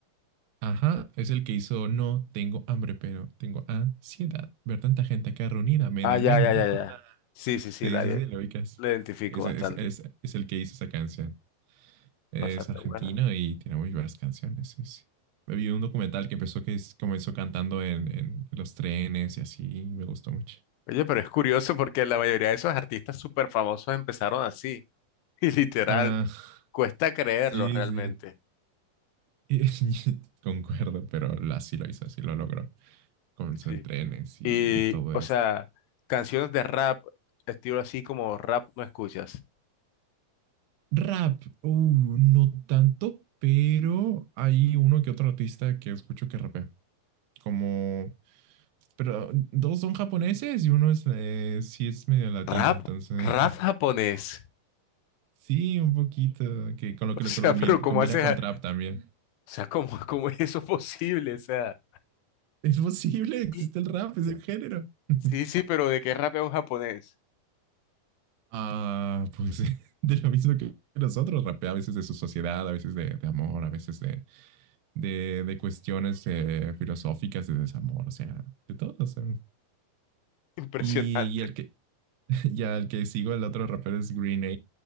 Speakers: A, on the right (about 80°); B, on the left (about 85°).
A: Ajá, es el que hizo No tengo hambre, pero tengo ansiedad. Ver tanta gente acá reunida me
B: Ah,
A: dan
B: ya,
A: ganas
B: ya, ya,
A: de fumar.
B: ya. Sí, sí, sí,
A: Sí,
B: la,
A: sí, sí, lo ubicas.
B: la identifico
A: Es,
B: bastante.
A: es, es, es el que hizo esa canción. Es
B: Bastante
A: argentino
B: buena.
A: y tiene muy buenas canciones. sí, sí. Me Vi un documental que empezó que es- comenzó cantando en, en los trenes y así, y me gustó mucho.
B: Oye, pero es curioso porque la mayoría de esos artistas súper famosos empezaron así. <laughs> Y literal,
A: Ah,
B: cuesta creerlo
A: sí,
B: realmente.
A: sí. Y- <laughs> concuerdo, pero lo- así lo hizo, así lo logró. Comenzó
B: Sí.
A: en trenes y,
B: Y,
A: y todo
B: o
A: esto.
B: sea, canciones de rap, estilo así como rap, ¿no escuchas?
A: Rap, uh, no tanto, pero hay uno que otro artista que escucho que rapea. Como, pero dos son japoneses y uno es, eh, sí es medio latino,
B: Rap,
A: entonces
B: rap japonés. <laughs>
A: Sí, un poquito, que con lo que
B: O
A: lo,
B: sea,
A: que lo combina,
B: pero ¿cómo
A: combina
B: haces?
A: con
B: a-
A: trap también.
B: O sea, ¿cómo, cómo es eso posible? O sea,
A: Es posible, existe
B: y-
A: el rap, es el género. <laughs>
B: sí, sí, pero ¿de qué rap es un japonés?
A: Ah, pues <laughs> de lo mismo que nosotros, rapea a veces de su sociedad, a veces de, de amor, a veces de, de, de cuestiones eh, filosóficas, de desamor, o sea, de todo. o sea.
B: <laughs> Impresionante.
A: Y, y el que, <laughs> ya el que sigo, el otro rapero es Green A.